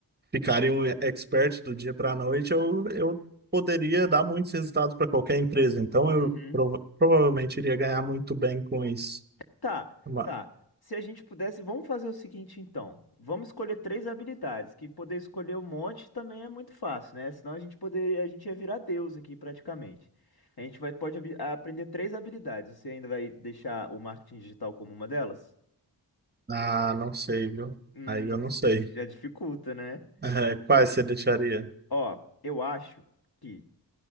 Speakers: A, on the right (about 25°); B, on the left (about 60°).
A: ficaria um expert do dia para a noite, eu, eu poderia dar muitos resultados para qualquer empresa, então eu
B: Uhum.
A: prova- provavelmente iria ganhar muito bem com isso.
B: Tá,
A: Uma-
B: tá. Se a gente pudesse, vamos fazer o seguinte então. Vamos escolher três habilidades, que poder escolher um monte também é muito fácil, né? Senão a gente poder, a gente ia virar deus aqui praticamente. A gente vai, pode abi- aprender três habilidades. Você ainda vai deixar o marketing digital como uma delas?
A: Ah, não sei, viu?
B: Hum,
A: Aí eu não sei.
B: já dificulta, né?
A: <laughs> quais você deixaria?
B: Ó, eu acho que